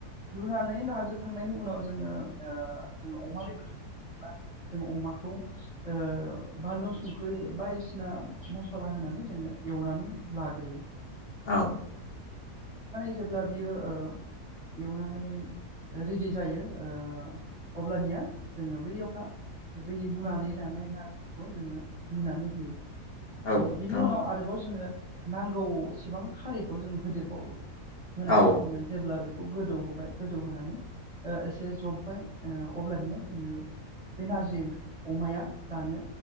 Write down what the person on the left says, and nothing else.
औ
औ
नोंथां
औ